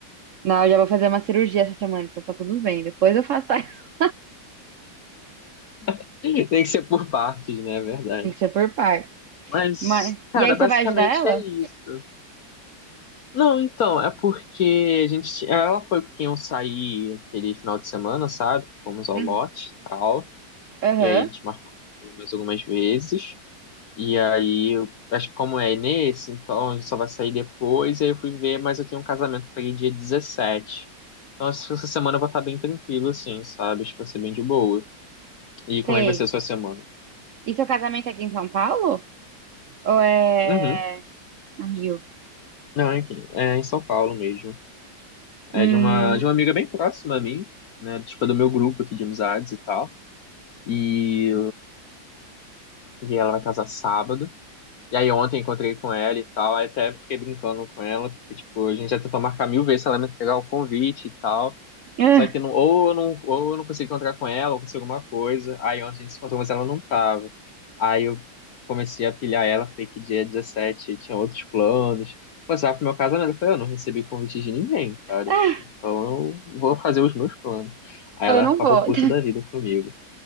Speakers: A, on the right (about 75°); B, on the left (about 60°).
A: Não, eu já vou fazer uma cirurgia essa semana, então tá tudo bem. Depois eu faço. <laughs>
B: <laughs> Tem que ser por partes, né? É verdade.
A: Tem que ser por par
B: Mas,
A: Mas.
B: cara,
A: E aí você
B: basicamente
A: vai ajudar ela?
B: é isso. Não, então, é porque a gente. Ela foi com quem eu saí aquele final de semana, sabe? Fomos ao
A: Hum,
B: lote e tal.
A: Aham,
B: E aí a gente marcou mais algumas vezes. E aí, eu- acho que como é nesse, então a gente só vai sair depois. E aí eu fui ver, mas eu tenho um casamento pra ir dia dezessete Então essa essa semana eu vou estar bem tranquilo, assim, sabe? Acho que vai ser bem de boa. E
A: sei.
B: como é que vai ser a sua semana?
A: E seu casamento é aqui em São Paulo? Ou é
B: Uhum.
A: no Rio?
B: Não, é aqui. É em São Paulo mesmo.
A: Hum.
B: É de uma, de uma amiga bem próxima a mim, né? Tipo, do meu grupo aqui de amizades e tal. E, e ela vai casar sábado. E aí ontem encontrei com ela e tal. Aí até fiquei brincando com ela, porque, tipo, a gente já tentou marcar mil vezes se ela me entregar o convite e tal.
A: ah,
B: Só que não, ou, eu não, ou eu não consegui encontrar com ela, ou consegui alguma coisa. Aí ontem a gente se encontrou, mas ela não tava. Aí eu comecei a pilhar ela, falei que dia é 17 tinha outros planos. Passava pro meu casamento. Eu falei, eu não recebi convite de ninguém, cara.
A: ah,
B: Então eu vou fazer os meus planos.
A: então
B: Aí ela
A: eu não
B: ficava
A: vou.
B: puta
A: <laughs>
B: da vida comigo.